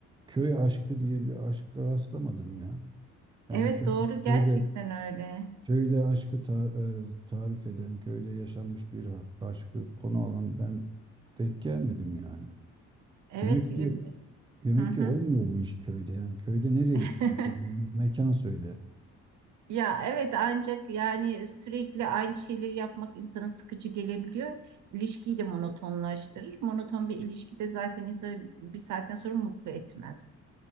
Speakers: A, on the right; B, on the right.
A: köy aşkı diye bir aşka rastlamadım ya. Yani
B: Evet
A: kö-
B: doğru
A: köyde
B: gerçekten öyle.
A: köyde aşkı ta- e, tarif eden, köyde yaşanmış bir a- aşkı konu alan ben denk gelmedim yani.
B: Evet.
A: Demek
B: e,
A: ki demek
B: Hı hı.
A: ki olmuyor bu iş köyde. Yani köyde nereye
B: <laughs>
A: gitti? Mekan söyle.
B: Ya evet ancak yani sürekli aynı şeyleri yapmak insana sıkıcı gelebiliyor. İlişkiyi de monotonlaştırır. Monoton bir ilişki de zaten insanı bir saatten sonra mutlu etmez.